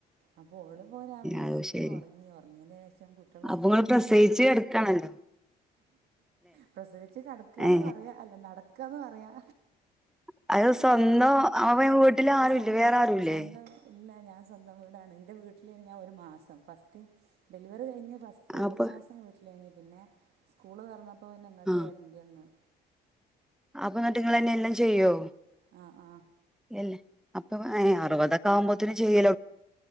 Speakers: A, on the right; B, in the centre.
A: അപ്പോൾ ഓള് ഇപ്പോൾ രാവിലെ
B: അത
A: എണീറ്റ്
B: ശരി
A: ഉറങ്ങി ഉറങ്ങിയതിന് ശേഷം കുട്ടികളെ
B: അപ്പൊങ്ങള് പ്രസയിച്ച് എടുക്കണല്ലോ
A: പ്രസവിച്ചു കടക്കന്ന്
B: ഏ
A: പറയാ അല്ല നടക്കാന്ന് പറയാ
B: <unintelligible>
A: ഇപ്പൊ
B: ആരുല്ലേ
A: സ്വ
B: വേറെ ആരുല്ലേ
A: സ്വന്തം ഇല്ല ഞാൻ സ്വന്തം വീടാണ് എന്റെവീട്ടിൽ ആണുഞൻ ഒരുമാസം ഫസ്റ്റ് ഡെലിവറി കഴിഞ്ഞു ഫസ്റ്റ്
B: അപ്പൊ
A: ഒരു മാസം വീട്ടിലേനി പിന്നെ സ്കൂള് തറന്നപ്പോ പിന്നെ ഇങ്ങോട്ട്
B: ആ
A: വരണ്ടിവന്ന്
B: അപ്പൊ എന്നട്ട്ങ്ങെന്നെ എല്ലാം ചെയ്യോ
A: ആ ആ
B: <unintelligible> അ അറുപതക്കെ ആകുമ്പോത്തന് ചെയ്യ